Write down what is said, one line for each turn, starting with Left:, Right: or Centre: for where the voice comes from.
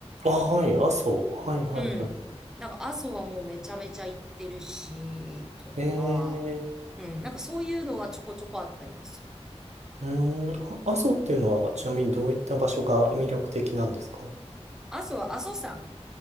Right: あ。あ、はい、阿蘇。はい、はい、
Centre: うん。
Right: は
Centre: なんか阿蘇はもうめちゃめちゃ行ってるし、とか、
Right: い。ええ、
Centre: うん。なんかそういうのはちょこちょこあったりはする。
Right: うん、あ、阿蘇っていうのは、ちなみにどういった場所が魅力的なんですか
Centre: 阿蘇は阿蘇山、